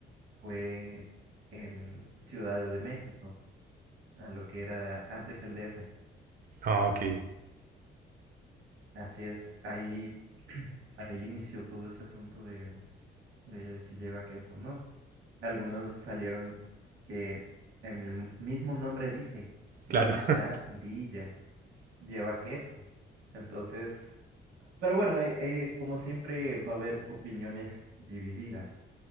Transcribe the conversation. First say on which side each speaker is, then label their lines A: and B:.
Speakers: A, on the right; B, on the right.
A: fue en Ciudad de México, a lo que era antes el DF.
B: Ah, ok,
A: Así es, ahí, <clears throat> ahí inició todo ese asunto de, de si lleva queso o no. Algunos salieron que en el mismo nombre dice quesadilla.
B: claro. <laughs>
A: lleva queso. Entonces, pero bueno, eh, eh, como siempre va a haber opiniones divididas,